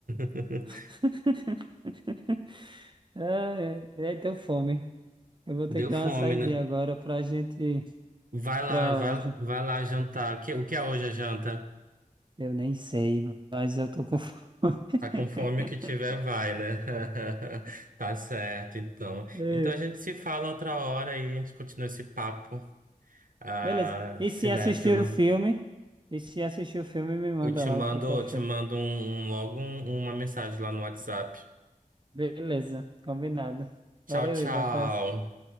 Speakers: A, on the right; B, on the right.
A: <laughs>
B: <laughs> Ah, é, é, deu fome. Eu vou ter
A: Deu
B: que dar
A: fome,
B: uma saidinha
A: né?
B: agora pra gente,
A: Vai lá,
B: pra
A: vai, vai lá jantar. O que, o que é hoje a janta?
B: Eu nem sei, mas eu tô com fome. <laughs>
A: Tá com fome o que tiver vai, né? <laughs> Tá certo, então.
B: É,
A: Então a gente se fala outra hora e a gente continua esse papo, ah,
B: Beleza. E
A: cinéfilo.
B: se assistir o filme? E se assistir o filme, me manda
A: Eu te
B: lá
A: mando,
B: o que é que achou.
A: te mando um, um- logo um- uma mensagem lá no WhatsApp.
B: Beleza, combinado. Valeu,
A: Tchau, tchau.
B: Ivo. Abraço.